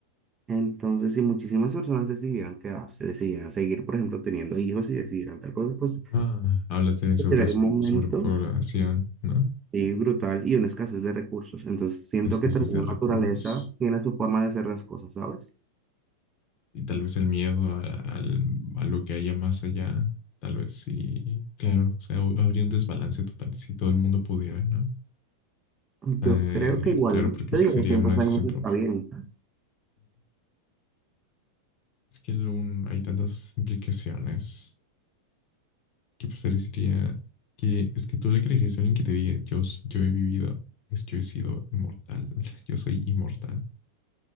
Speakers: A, on the right; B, on the left.
A: Entonces, si muchísimas personas decidieran quedarse, decidieran seguir, por ejemplo, teniendo hijos y decidieran tal cosa, pues
B: Ah, hablas de sobre,
A: llegaría un momento
B: sobrepoblación, ¿no?
A: y brutal y una escasez de recursos. Entonces, siento
B: Escasez
A: que también
B: de
A: la
B: recursos
A: naturaleza tiene su forma de hacer las cosas, ¿sabes?
B: y tal vez el miedo a, al- a lo que haya más allá, tal vez sí, claro, o sea, hu- habría un desbalance total si todo el mundo pudiera, ¿no? Eh,
A: Yo creo que igual,
B: claro, porque
A: yo
B: esa
A: digo,
B: sería
A: 200
B: una decisión
A: años está
B: propia.
A: bien.
B: Es que el un- hay tantas implicaciones que parecería que es que tú le creerías a alguien que te diga, yo, s- yo he vivido, es yo he sido inmortal, <laughs> yo soy inmortal.